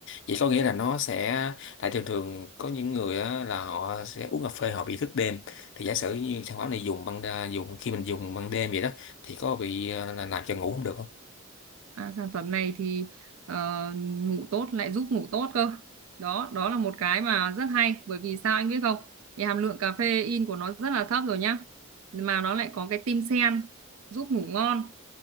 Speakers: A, on the left; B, on the right.
A: Vậy có nghĩa là nó sẽ tại thường thường có những người á, là họ sẽ uống cà phê họ bị thức đêm thì giả sử như sản phẩm này dùng ban đa- dùng khi mình dùng ban đêm vậy đó thì có bị ờ, là làm cho ngủ không được không
B: à, sản phẩm này thì ờ, ngủ tốt lại giúp ngủ tốt cơ đó đó là một cái mà rất hay bởi vì sao anh biết không thì hàm lượng caffeine của nó rất là thấp rồi nhá mà nó lại có cái tim sen giúp ngủ ngon